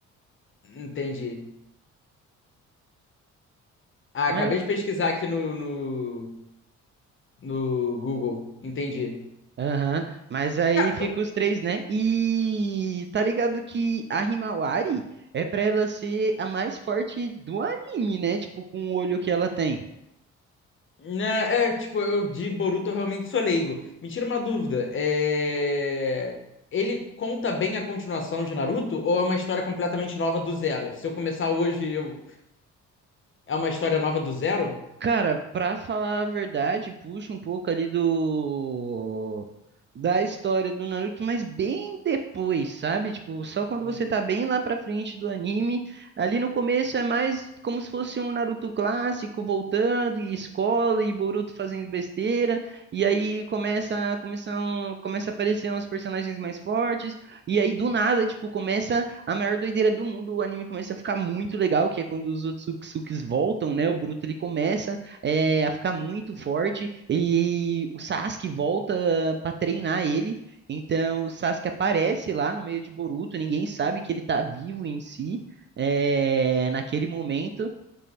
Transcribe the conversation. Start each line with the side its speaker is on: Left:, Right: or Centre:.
Left: Entendi. Ah,
Right: Mas
Left: acabei de pesquisar aqui no, no, no Google. Entendi.
Right: Aham, mas aí
Left: Cara,
Right: fica os três, né? E tá ligado que a Himawari é pra ela ser a mais forte do anime, né? Tipo, com o olho que ela tem.
Left: Né, É, tipo, eu de Boruto eu realmente sou leigo. Me tira uma dúvida. É... Ele conta bem a continuação de Naruto ou é uma história completamente nova do zero? Se eu começar hoje, eu- é uma história nova do zero?
Right: Cara, pra falar a verdade, puxa um pouco ali do da história do Naruto, mas bem depois, sabe? Tipo, só quando
Left: Hum,
Right: você tá bem lá pra frente do anime, ali no começo é mais como se fosse um Naruto clássico voltando e escola e Boruto fazendo besteira, e aí começa, começam, começa a aparecer uns personagens mais fortes, e aí do nada, tipo, começa a maior doideira do mundo, o anime começa a ficar muito legal, que é quando os Otsutsukis voltam, né? O Boruto ele começa é, a ficar muito forte e o Sasuke volta para treinar ele. Então o Sasuke aparece lá no meio de Boruto, ninguém sabe que ele tá vivo em si. É, naquele momento,